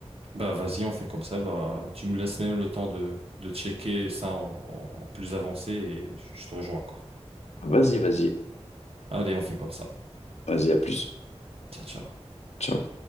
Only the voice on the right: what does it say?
Bah, vas-y, on fait comme ça, bah, tu me laisses même le temps de, de checker ça en, en plus avancé, et je je te rejoins, quoi.
Allez, on fait comme ça.
Ciao, ciao.